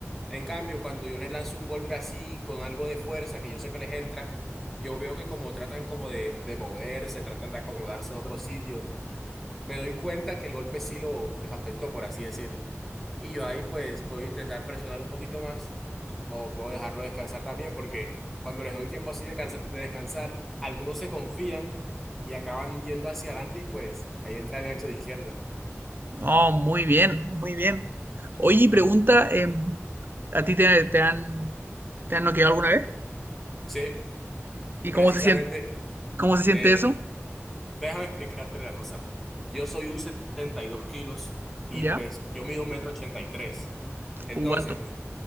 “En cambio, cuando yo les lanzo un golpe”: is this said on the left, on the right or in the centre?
Centre